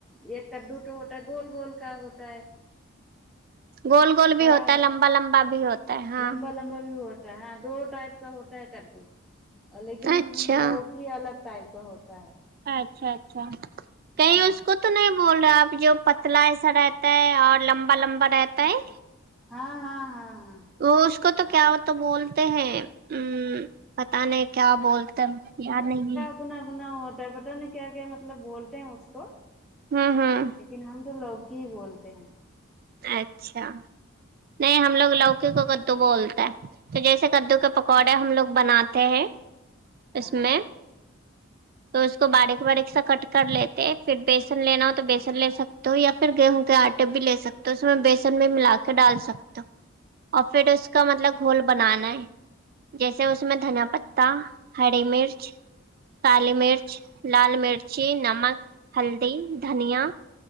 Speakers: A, in the centre; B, on the right.
A: ایک کدو تو ہوتا ہے گول گول کا ہوتا ہے
B: گول گول بھی
A: ہرا
B: ہوتا ہے
A: ہرا
B: لمبا لمبا بھی ہوتا ہے ہاں
A: لمبا لمبا بھی ہوتا ہے دو ٹائپ کا ہوتا ہے کدو لیکن
B: اچھا
A: لوکی الگ ٹائپ کا ہوتا ہے
B: اچھا اچھا کہیں
A: ہاں
B: اس کو تو نہیں بول رہے آپ جو پتلا ایسا رہتا ہے اور لمبا لمبا رہتا ہے
A: ہاں ہاں ہاں ہاں
B: وہ اس کو تو کیا ہوتا بولتے ہیں ہمم پتا نہیں کیا بولتے یاد نہیں ہے
A: بھونا بھونا ہوتا ہے پتہ نہیں کیا کیا مطلب بولتے ہیں اس کو
B: ہے ہوں ہوں
A: لیکن ہم تو لوکی ہی بولتے ہیں
B: اچھا نہیں ہم لوگ لوک ک کو کدو بولتے ہے تو جیسے کدو کے پکوڑے ہم لوگ بناتے ہیں
A: ہاں
B: اس میں تو اس کو باریک باریک سا کٹ کر لیتے پھر بیسن لینا ہو تو بیسن لے سک تو یا پھر گیہوں کے آٹے بھی لے سکتے ہو اس میں بیسن بھی ملا کے ڈال سکتے ہو اور پھر اس کا مطلب گھول بنانا ہے جیسے اس میں دھنا پتا ہری مرچ کالی مرچ لال مرچی نمک ہلدی دھنیا